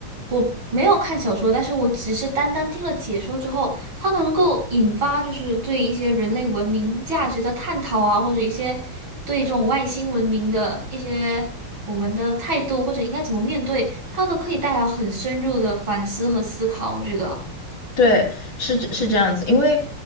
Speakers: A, on the right; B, on the left.
A: 我没有看小说，但是我只是单单听了解说之后，它能够引发就是对一些人类文明价值的探讨啊，或者一些对这种外星文明的一些我们的态度，或者应该怎么面对，它都可以带来很深入的反思和思考，我觉得。
B: 对，是这是这样子，因为，